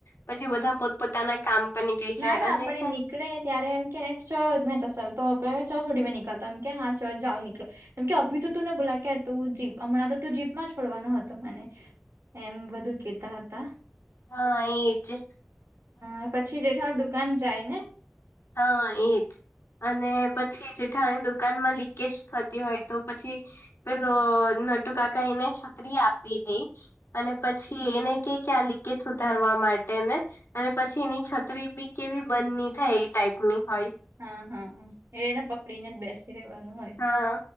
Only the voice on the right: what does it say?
ના
ના
આપણે
ની કળે ત્યારે એમ કેને ચલ મેં તો નીકળતા <unintelligible> એમ કે હા ચલ જાઓ નીકલો એમ કે અભી તો તું ને બોલા કે તું જીપ હમણાં તો તું જીપમાં છોડવાનો હતો મને એમ બધું કેતા હતા
હ પછી જેઠાલ દુકાન જાય ને
હા હા એ એને પકડી ને જ બેસી રેવાનું હોય